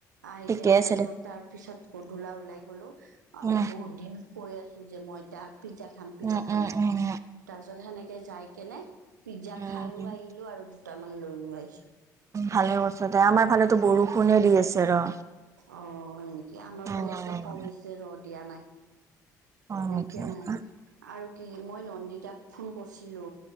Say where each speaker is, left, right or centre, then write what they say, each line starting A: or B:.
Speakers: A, on the right; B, on the right.
A: আহি
B: ঠিকে
A: কেনে
B: আছে
A: আৰু
B: দে।
A: তাৰ পিছত গধূলা ওলাই গলো।
B: উম
A: বহুত দিন কৈ আছো যে মই তাহাক পিজ্জা খাম পিজ্জা
B: উম-উম-উম-উম,
A: খাম তাৰ পিছত সেনেকে যাই কেনে পিজ্জা
B: উম
A: খাইও আহিলো আৰু দুটামান লৈও আহিছো।
B: ভালে কৈছা দে আমাৰ ফালেতো বৰষুণে দি আছে ৰ।
A: অ, হয় নেকি? আমাৰ
B: অ',
A: ফালে এতিয়া কমিছে ৰ দিয়া নাই।
B: হয় নেকি
A: এতিয়া নাই
B: অ'
A: আৰু কি মই নন্দিতাক ফোন কৰছিলো।